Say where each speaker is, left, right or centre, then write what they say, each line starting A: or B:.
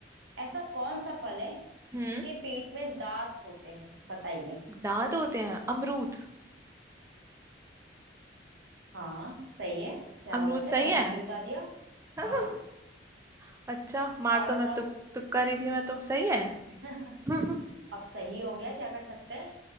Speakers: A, on the right (about 75°); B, on the right (about 15°).
A: ऐसा कौन सा फल है
B: हम्म
A: जिसके पेट में दांत होते हैं बताइए
B: दांत होते हैं अमरूद
A: हाँ सही है क्या
B: अमरूद
A: बात है
B: सही
A: बहुत
B: है
A: जल्दी बता दिया
B: <laughs>
A: हाँ
B: अच्छा मार
A: और
B: तो
A: बताओ
B: मैं तुक तुक्का रही थी मैं तो सही है
A: <laughs>
B: <laughs>
A: अब सही हो गया क्या कर सकते हैं